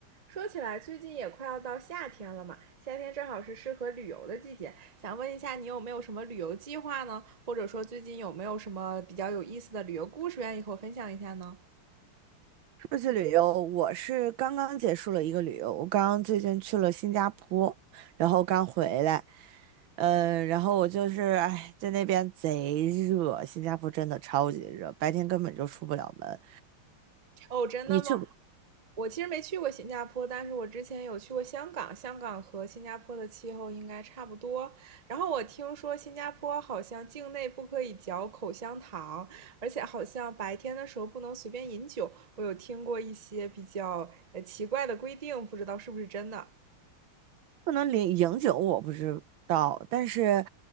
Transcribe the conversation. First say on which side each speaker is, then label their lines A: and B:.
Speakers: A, on the right; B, on the right.
A: 说起来，最近也快要到夏天了嘛，夏天正好是适合旅游的季节。想问一下，你有没有什么旅游计划呢？或者说，最近有没有什么比较有意思的旅游故事愿意和我分享一下呢？
B: 出去旅游，我是刚刚结束了一个旅游，我刚刚最近去了新加坡，然后刚回来，嗯，然后我就是哎，在那边贼热，新加坡真的超级热，白天根本就出不了门。
A: 哦，真的吗？
B: 你去
A: 我其实没去过新加坡，但是我之前有去过香港，香港和新加坡的气候应该差不多。然后我听说新加坡好像境内不可以嚼口香糖，而且好像白天的时候不能随便饮酒。我有听过一些比较呃奇怪的规定，不知道是不是真的。
B: 不能领饮酒我不知道，但是